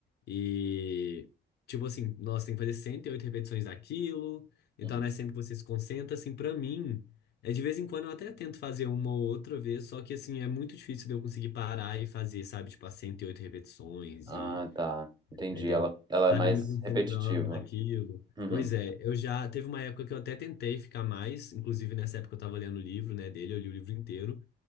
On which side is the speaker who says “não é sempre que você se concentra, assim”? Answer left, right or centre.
Left